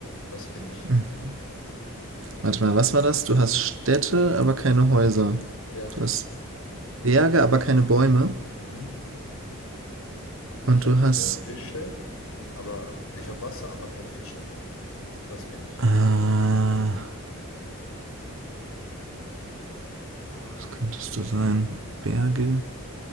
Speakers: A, on the left; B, on the right.
A: Was bin ich?
B: Mhm. Warte mal, was war das? Du hast Städte, aber keine Häuser.
A: Ja.
B: Du hast Berge, aber keine Bäume.
A: Mhm.
B: Und
A: Ich habe
B: du hast.
A: äh, Fische, aber ich habe Wasser, aber keine Fische. Was bin ich?
B: Ah, was könntest du sein? Berge,